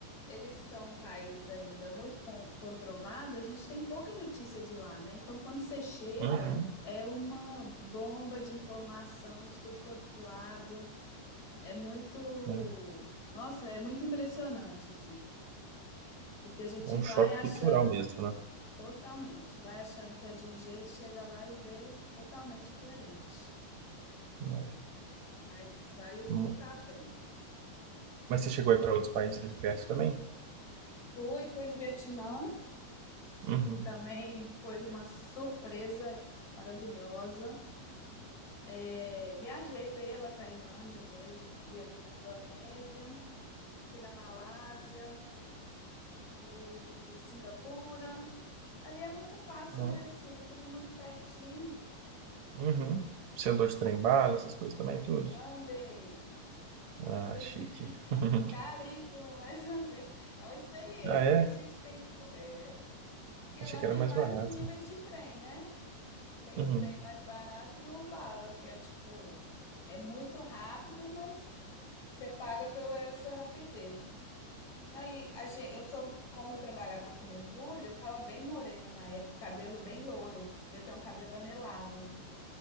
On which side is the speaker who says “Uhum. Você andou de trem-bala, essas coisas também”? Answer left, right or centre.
Right